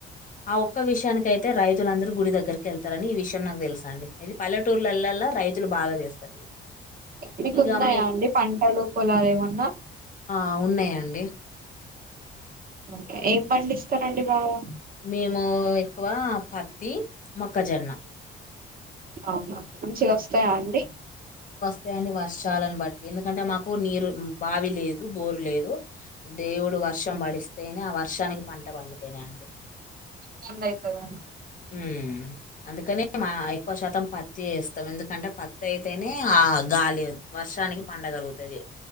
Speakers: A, on the left; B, on the right.
A: ఆ ఒక్క విషయానికైతే రైతులందరూ గుడి దగ్గరికి కెళ్తారని ఈ విషయం నాకు తెలుసా అండి ఇది పల్లెటూర్లల్లలా రైతులు బాగా చేస్తారు ఇవి
B: మీకు
A: ఇక
B: ఉన్నాయా
A: మీ
B: అండి పంటలు పొలాలు ఏమన్నా
A: ఆ ఉన్నాయండి
B: ఓకే ఏం పండిస్తారండి బాగా
A: మేము ఎక్కువ ప తిని, మొక్కజొన్న
B: అవునా మంచిగ వస్తాయా అండి
A: తే అని వర్షాలని బట్టి ఎందుకంటే మాకు నీరు బావి లేదు బోరు లేదు దేవుడు వర్షం పడిస్తేనే ఆ వర్షానికి పంట పండు తేనే అండి
B: చదునైతదం
A: హ్మ్ అందుకని మా ఎక్కువ శాతం పత్తి వేస్తాం ఎందుకంటే పత్తి అయితేనే ఆ గాలి వర్షానికి పండగలుగుతది